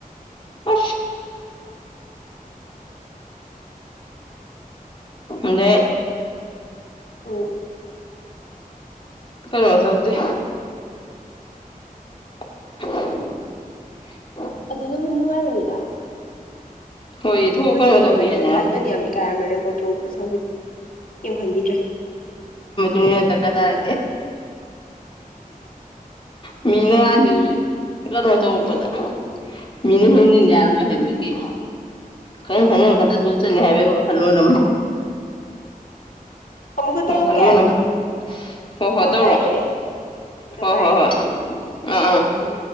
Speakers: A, on the left; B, on the left.
A: ꯑ ꯑꯗ
B: ꯎꯝ
A: ꯀ ꯁꯥꯎꯗ <unintelligible>
B: ꯑꯗꯨꯅꯕꯨ ꯅꯅꯨꯡꯉꯥꯏꯕꯅꯤꯗ
A: ꯍꯣꯏ ꯊꯣꯛ
B: ꯍꯗꯤ
A: ꯀꯩꯅꯣ
B: ꯀꯦ
A: ꯇꯧꯕꯤ
B: ꯈꯟꯗ꯭ꯔ
A: ꯌꯥꯏꯗꯅ
B: ꯊꯥꯏꯅꯗꯤ ꯌꯥꯝꯃꯤ ꯀꯥꯏ ꯌꯥꯝꯔ ꯇꯖꯤꯤ ꯀꯩꯝꯣ ꯈꯟꯕꯤꯗ꯭ꯔꯦ
A: ꯃꯤꯅꯗꯀ ꯇꯥꯔꯦ ꯃꯤꯅ ꯉꯥꯟꯁꯤ ꯀꯩꯅꯣ ꯇꯧꯔꯛꯄꯗ
B: ꯎꯝ
A: ꯃꯤꯅ ꯍꯦꯟꯖꯤꯟ ꯌꯥꯔꯣꯏ ꯍꯥꯏꯕꯒꯤ ꯀꯩꯅ
B: ꯍꯣꯏ
A: ꯁ ꯍꯥꯏꯦ ꯐꯜꯂꯣ ꯅ
B: ꯑꯃꯨꯛꯀ
A: ꯋꯥꯜ
B: ꯇꯧꯔꯛꯀꯦ
A: ꯑꯗꯨꯝ ꯍꯣꯏ ꯍꯣꯏ
B: ꯀꯣꯜ
A: ꯇꯧꯔꯣ
B: ꯂꯥꯛꯏ ꯑꯩ ꯑꯝꯇ
A: ꯍꯣꯏ
B: ꯄꯥꯏꯔꯒꯦ
A: ꯍꯣꯏ ꯍꯣꯏ ꯑꯥ ꯑꯥ
B: ꯎꯝ